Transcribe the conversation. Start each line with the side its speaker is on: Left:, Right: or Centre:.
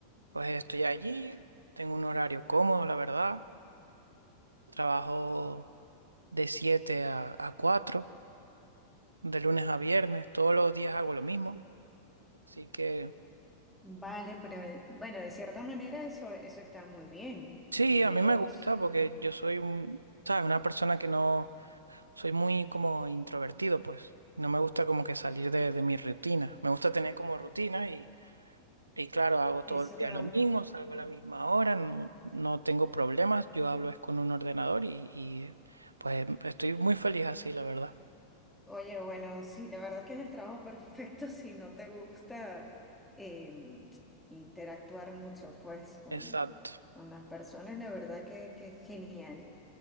Right: pues estoy allí, tengo un horario cómodo, la verdad. Trabajo de 7 a, a 4, de lunes a viernes, todos los días hago lo mismo. Así que...
Centre: Vale, pero eh, bueno, de cierta manera eso, eso está muy bien.
Right: Sí,
Centre: Yo
Right: a mí me gusta
Centre: sí,
Right: porque yo soy un, ¿sabes? Una persona que no, soy muy como introvertido, pues. No me gusta como que salir de, de mi rutina. Me gusta tener como rutina y, y claro, hago
Centre: eso
Right: todo el día
Centre: te va.
Right: lo mismo, salgo a la misma hora, no, no tengo problemas, yo hablo es con un ordenador y, y pues estoy muy feliz así, la verdad.
Centre: Oye, bueno, sí, la verdad es que es el trabajo perfecto <laughs> si no te gusta eh, interactuar mucho, pues, con,
Right: Exacto,
Centre: con las personas, la verdad que, que es genial.